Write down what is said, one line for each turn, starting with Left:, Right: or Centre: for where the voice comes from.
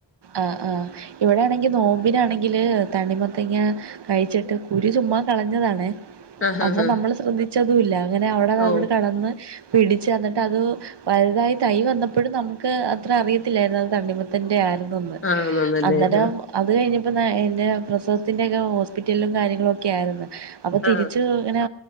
Right: ആഹ് ആഹ് ഇവിടെ ആണെങ്കിൽ നോമ്പിനാണെങ്ക എങ്കിൽ തണിമത്തങ്ങ കഴിച്ചിട്ട് കുരു ചുമ്മാ കളഞ്ഞതാണ
Left: ആ ഹാ
Right: അപ്പൊ
Left: ഹാ
Right: നമ്മൾ ശ്രദ്ധിച്ചതും ഇല്ല അങ്ങനെ അവിടെ
Left: ഓ
Right: അവിട് കടന്ന് പിടിച്ച് തന്നിട്ട് അത് വലുതായി തൈ വന്നപ്പോഴും നമുക്ക് അത്ര അറിയത്തില്ലായിരരുന്നു അത് തണ്ണിമത്തന്റെ ആണെ
Left: ആ നന്നല്ലേ
Right: അന്നേരം
Left: ആ
Right: അത് കഴിഞ്ഞപ്പോ പ്ര ത്തി്റെയൊക്കെ ഹോസ്പിറ്റലിലും കാര്യങ്ങളും ഒക്കെ ആയിരുന്നു അപ്പോൾ തിരിച്ചു
Left: ആ
Right: ഇങ്ങനെ